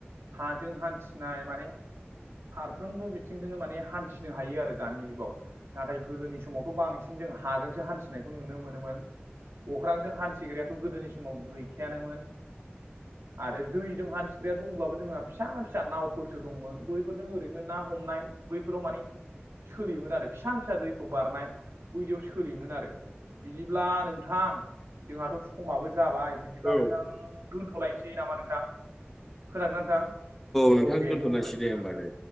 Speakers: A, on the right; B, in the centre.
A: हाजों हान्थिनाय माने फारफ्रोमबो बिथिंजोंनो माने हान्थिनो हायो आरो दानि जुगाव नाथाय गोदोनि समावथ बांसिन जों हाजोंसो हान्थिनायखौ नुनो मोनोमोन अख्रांजों हान्थिग्रायाथ गोदोनि समाव गैखायानोमोन आरो दैजों हान्थिख्रिाया दंब्लाबो जोंहा फिसा फिसा नावफोरसो दंमोन बैफोरजों ओरैनो ना हनाय बैफोराव म सोलियोमोन आरो फि फि दै बारनाय ब सोलियोमोन आरो बिदिब्ला नोंथां जोंहाथ समाबो जाबाय बि बिदिब्ला
B: औ
A: नोंथां दोन्थलायनोसै नामा नोंथां खोनादों नोंथां?
B: नोंथां
A: औ औ दे
B: दोनथ'लायसै
A: दथल
B: दे होमबा
A: दा
B: दे।